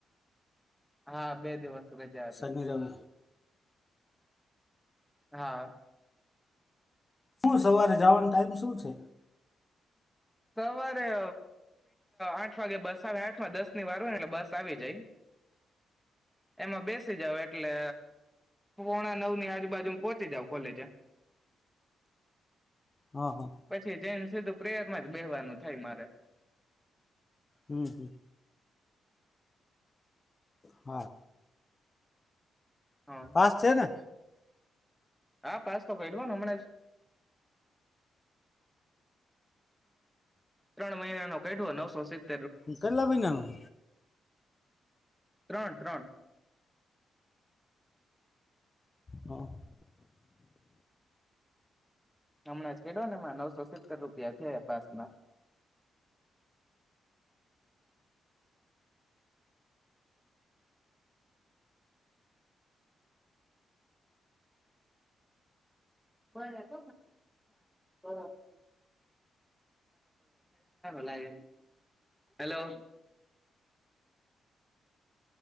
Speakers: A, in the centre; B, on the left.
A: હા બે દિવસ રજા હતી
B: સનીરમ
A: હા
B: હું સવારે જવાનો ટાઈમ શું છે
A: સવારેે આઠ વાગે બસ સાડા આઠ માં દસ ની વાર હોય ને એટલે બસ આવી જાય એમાં બેસી જાાવ એટલે પોણા નવની આજુબાજુ પોહોંચી જાાવ કોલેજ
B: હા હા
A: પછી જેમ સીધું પ્રેયર એમાં જ બેવાનું થાય મારે
B: હમ હમ હ
A: હા
B: પાસ છે ને
A: હા પાસ તો કઢો હમણાં ત્રણ મહિના નો કઢવો નવસો સર
B: કટલા મહિનાનું
A: ત્રણ ત્રણ
B: હા
A: હમણાં કેોને એ નવસો સતર રૂપિયા થયા પાસમાં બખ જો લાગે હલો